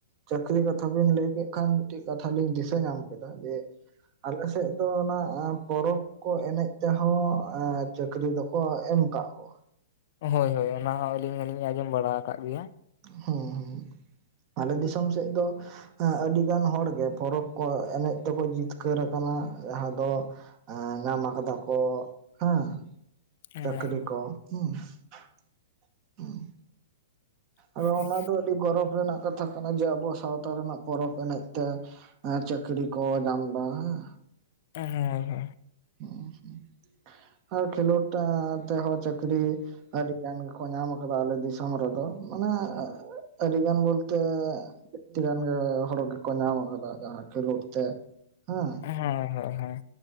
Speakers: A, on the right (about 40°); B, on the left (about 50°).
A: ᱪᱟᱹᱠᱨᱤ ᱠᱟᱛᱷᱟ ᱵᱤᱱ ᱞᱟᱹᱭ ᱠᱮᱫ ᱠᱷᱟᱱ ᱢᱤᱫᱴᱮᱱ ᱠᱟᱛᱷᱟ ᱞᱤᱧ ᱫᱤᱥᱟᱹ ᱧᱟᱢ ᱠᱮᱫᱟ ᱡᱮ ᱟᱞᱮ ᱥᱮᱫ ᱟᱫᱚ ᱚᱱᱟ ᱯᱚᱨᱚᱵᱽ ᱠᱚ ᱮᱱᱮᱡ ᱛᱮᱦᱚᱸ ᱪᱟᱹᱠᱨᱤ ᱫᱚᱠᱚ ᱮᱢ ᱟᱠᱟᱫ ᱠᱚᱣᱟ
B: ᱦᱳᱭ ᱦᱳᱭ ᱚᱱᱟ ᱦᱚᱸ ᱟᱹᱞᱤᱧ ᱦᱚᱞᱤᱧ ᱟᱸᱡᱚᱢ ᱵᱟᱲᱟ ᱟᱠᱟᱫ ᱜᱮᱭᱟ
A: ᱦᱮᱸ ᱦᱮᱸ ᱟᱞᱮ ᱫᱤᱥᱚᱢ ᱥᱮᱫ ᱫᱚ ᱟᱹᱰᱤ ᱜᱟᱱ ᱦᱚᱲ ᱜᱮ ᱯᱚᱨᱚᱵᱽ ᱠᱚ ᱮᱱᱮᱡ ᱛᱮᱠᱚ ᱡᱤᱛᱠᱟᱹᱨ ᱟᱠᱟᱱᱟ ᱡᱟᱦᱟᱸ ᱫᱚ ᱧᱟᱢ ᱟᱠᱟᱫᱟ ᱠᱚ ᱦᱮᱸ
B: ᱦᱮᱸ
A: ᱪᱟᱹᱠᱨᱤ ᱠᱚ <unintelligible>
B: ᱦᱳᱭ
A: ᱟᱫᱚ ᱚᱱᱟ ᱫᱚ ᱟᱹᱰᱤ ᱜᱚᱨᱚᱵᱽ ᱨᱮᱱᱟᱜ ᱠᱟᱛᱷᱟ ᱠᱟᱱᱟ ᱡᱮ ᱟᱵᱚ ᱥᱟᱶᱛᱟ ᱨᱮᱱᱟᱜ ᱯᱚᱨᱚᱵᱽ ᱮᱱᱮᱡ ᱛᱮ ᱟᱨ ᱪᱟᱹᱠᱨᱤ ᱠᱚ ᱧᱟᱢ ᱮᱫᱟ ᱦᱮᱸ
B: ᱮ ᱦᱮᱸ ᱟᱫᱚ᱾
A: ᱩᱸ ᱟᱨ ᱠᱷᱮᱞᱳᱸᱰ ᱴᱟᱜ ᱛᱮᱦᱚᱸ ᱪᱟᱹᱠᱨᱤᱼ ᱟᱹᱰᱤ ᱜᱟᱱ ᱜᱮᱠᱚ ᱧᱟᱢ ᱟᱠᱟᱫᱟ ᱟᱞᱮ ᱫᱤᱥᱚᱢ ᱨᱮᱫᱚ ᱢᱟᱱᱮ ᱟ ᱟᱹᱰᱤ ᱜᱟᱱ ᱵᱚᱞᱛᱮᱼᱼ ᱛᱮ ᱟᱹᱴᱴᱤ ᱜᱟᱱ ᱜᱮ ᱦᱚᱲ ᱜᱮᱠᱚ ᱧᱟᱢ ᱟᱠᱟᱫᱟ ᱡᱟᱦᱟᱸ ᱠᱷᱮᱞᱳᱸᱰ ᱛᱮ ᱦᱮᱸ᱾
B: ᱦᱮᱸ ᱦᱮᱸ ᱦᱮᱸ